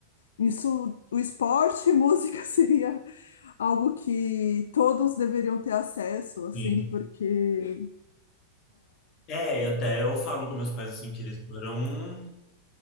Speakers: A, on the left; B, on the left.
A: isso, o esporte e música <laughs> seria algo que todos deveriam ter acesso, assim,
B: Sim.
A: porque.
B: É, e até eu falo com meus pais assim que eles foram.